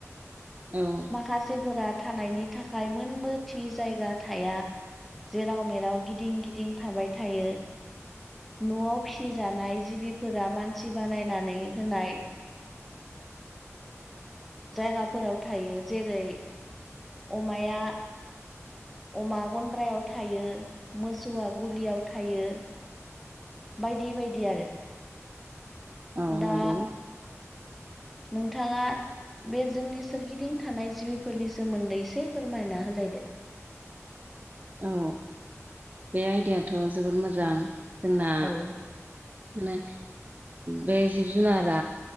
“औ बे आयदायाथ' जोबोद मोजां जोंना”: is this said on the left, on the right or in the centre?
Right